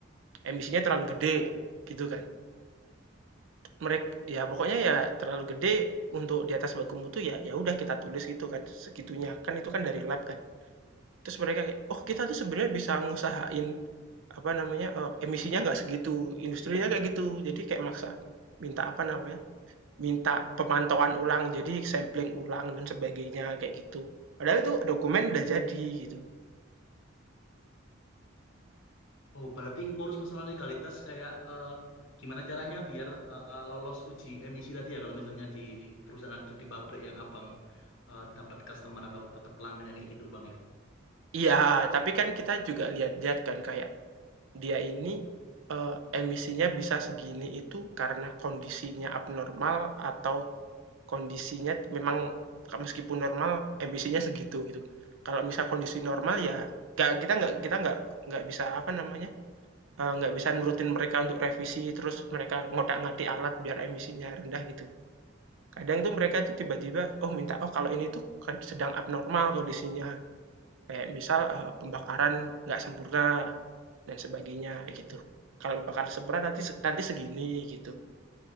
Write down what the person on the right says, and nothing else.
Emisinya terlalu gede,
gitu kan. mereka ya pokoknya ya terlalu gede untuk di atas baku mutu ya ya udah kita tulis gitu kan, segitunya. Kan itu kan dari lab kan. Terus mereka kayak, "Oh, kita tuh sebenarnya bisa ngusahain, apa namanya, eee, emisinya nggak segitu." Industrinya kayak gitu. Jadi kayak maksa minta, apa namanya, minta pemantauan ulang, jadi sampling ulang dan sebagainya, kayak gitu. Padahal itu dokumen udah jadi, gitu.
Iya, tapi kan kita juga lihat-lihat kan kayak Dia ini, eee, emisinya bisa segini itu karena kondisinya abnormal atau kondisinya memang meskipun normal emisinya segitu gitu. Kalau misal kondisi normal ya nggak kita nggak kita nggak nggak bisa apa namanya, eee, nggak uh, bisa nurutin mereka untuk revisi terus mereka ngotak-ngatik alat biar emisinya rendah gitu. Kadang itu mereka itu tiba-tiba, oh minta, "Oh kalau ini tuh kan sedang abnormal kondisinya," kayak misal, eee, pembakaran nggak sempurna dan sebagainya gitu. Kalau bakar seberat nanti nanti segini gitu.